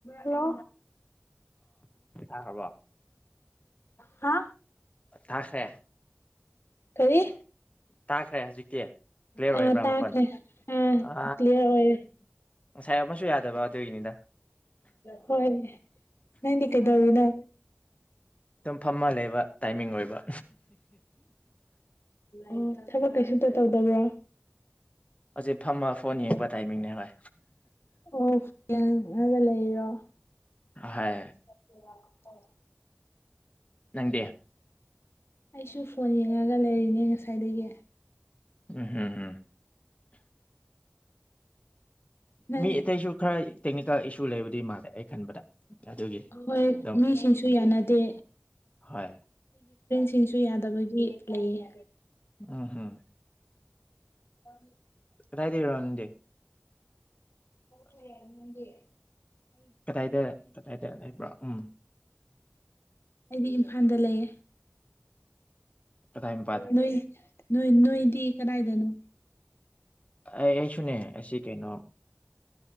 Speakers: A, on the left; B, on the left.
A: ꯂ
B: ꯑꯕ
A: ꯍꯥ
B: ꯇꯥꯈ꯭ꯔꯦ
A: ꯀꯔꯤ
B: ꯇꯥꯈ꯭ꯔꯦ ꯍꯧꯖꯤꯛꯇꯤ ꯀ꯭ꯂꯤꯌꯥꯔ
A: ꯑ
B: ꯑꯣꯏꯕ꯭ꯔꯥ
A: ꯇꯥꯈ꯭ꯔꯦ
B: ꯃꯈꯣꯟ
A: ꯑꯥ
B: ꯑ
A: ꯀ꯭ꯂꯤꯌꯥꯔ ꯑꯣꯏꯔꯦ
B: ꯉꯁꯥꯏ ꯑꯃꯁꯨ ꯌꯥꯗꯕ ꯑꯗꯨꯒꯤꯅꯤꯗ
A: ꯍꯣꯏ ꯅꯪꯗꯤ ꯀꯩꯗꯧꯔꯤꯅꯣ
B: ꯑꯗꯨꯝ ꯐꯝꯃ ꯂꯩꯕ ꯇꯥꯏꯃꯤꯡ ꯑꯣꯏꯕ
A: ꯎ ꯊꯕꯛ ꯀꯩꯁꯨꯨꯝꯇ ꯇꯧꯗꯕ꯭ꯔꯣ
B: ꯍꯧꯖꯤꯛ ꯐꯝꯃ ꯐꯣꯟ ꯌꯦꯡꯕ ꯇꯥꯏꯃꯤꯡꯅꯦ ꯍꯣꯏ
A: ꯑꯣ ꯐꯡꯉꯒ ꯂꯩꯔꯣ
B: ꯍꯣꯏ
A: ꯎ ꯇ
B: ꯅꯪꯗꯦ
A: ꯑꯩꯁꯨ ꯐꯣꯟ ꯌꯦꯡꯉꯒ ꯂꯩꯔꯤꯅꯦ ꯉꯁꯥꯏꯗꯒꯤ
B: ꯎꯝ ꯍꯝ
A: ꯅꯪ
B: ꯃꯤ ꯑꯇꯩꯁꯨ ꯈꯔ ꯇꯦꯛꯅꯤꯀꯦꯜ ꯏꯁꯨ ꯂꯩꯕꯗꯤ ꯃꯥꯜꯂꯦ ꯑꯩ ꯈꯟꯕꯗ ꯑꯗꯨꯒꯤ
A: ꯍꯣꯏ
B: ꯑꯗꯨꯝ
A: ꯃꯤꯁꯤꯡꯁꯨ ꯌꯥꯅꯗꯦ
B: ꯍꯣꯏ
A: ꯁꯤꯡꯁꯨ ꯌꯥꯗꯕꯒꯤ ꯂꯩꯌꯦ
B: ꯎ ꯍꯝ
A: ꯑ
B: ꯀꯗꯥꯏꯗꯩꯔꯣ ꯅꯪꯗꯤ
A: ꯔꯂꯦ ꯌꯥꯔ ꯃꯗꯤꯦ
B: ꯀꯗꯥꯏꯗ ꯀꯗꯥꯏꯗ ꯍꯥꯏꯕ꯭ꯔꯥ ꯎꯝ
A: ꯑꯩꯗꯤ ꯏꯝꯐꯥꯜꯗ ꯂꯩꯌꯦ
B: ꯀꯗꯥꯏ ꯃꯄꯥꯗ
A: ꯅꯣꯏ ꯅꯣꯏ ꯅꯣꯏꯗꯤ ꯀꯗꯥꯏꯗꯅꯣ
B: ꯑꯩꯁꯨꯅꯦ ꯑꯁꯤꯁꯤ ꯀꯩꯅꯣ